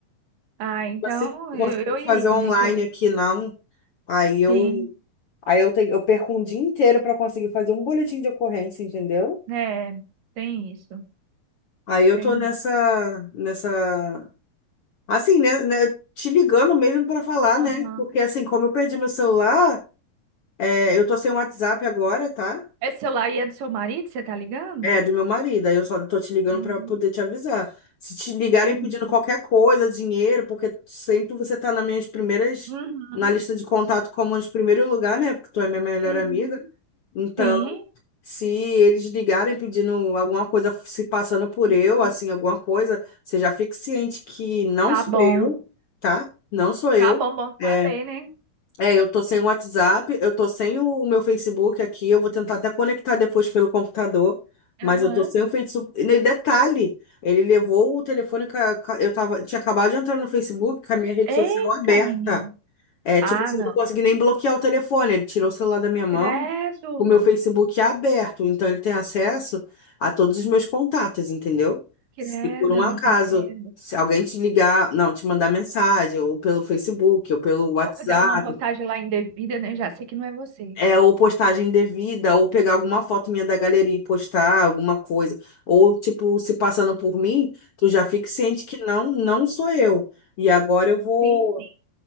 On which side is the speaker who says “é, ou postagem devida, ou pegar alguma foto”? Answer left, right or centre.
Left